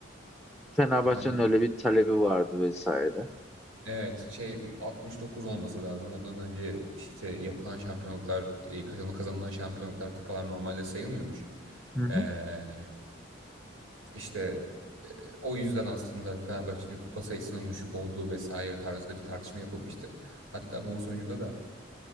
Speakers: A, in the centre; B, on the right.
A: Fenerbahçe'nin
B: efendim.
A: öyle bir talebi vardı vesaire.
B: Evet şey 69 olması lazım. Ondan önce işte yapılan şampiyonluklar, e, kazanılan kazanılan şampiyonluklar, kupalar normalde sayılmıyormuş.
A: Hı hı.
B: Ee, işte e, o yüzden aslında Fenerbahçe'nin kupa sayısının düşük olduğu vesaire tarzında bir tartışma yapılmıştı. Hatta bunun sonucunda da